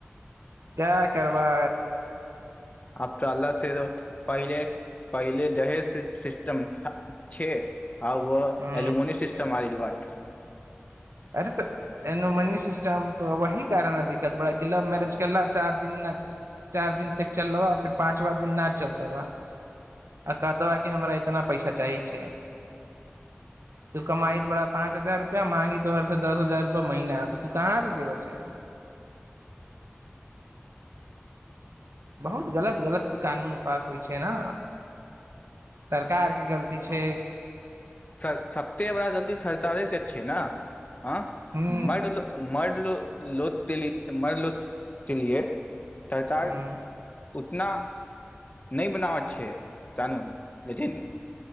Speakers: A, on the right; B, on the left.
A: क्या करबै
B: आब तऽ अलग से पहिले पहिले दहेज सिस्टम छै आब
A: ह
B: एलूमोनियम सिटम आयल बा
A: अर त एना मन श त वही कारण है दिक्कत बड़ा कि लव मैरेज करला चार दिन न चार दिन तक चल रहा हा फर पाँचवा दिन न चलता बा आ कहत कि हमरा इतना पैसा चाही छै तू कमाई त बड़ा पाँच हजार रुपआ मांगी तोहर से दस हजार रुपआ महीना त तू कहाँ से देबे छै बहुत गलत गलत कानून पास होइ छै ने सरकार के गलती छै
B: स सप्ते बड़ा जल्दी सरचारे से छै ना आँ
A: हूँ
B: मर्द मर्द लोग लोग के लिये मर्द लोग के लिये सरकार
A: हूँ
B: उतना नहि बनावत छै कानून लेकिन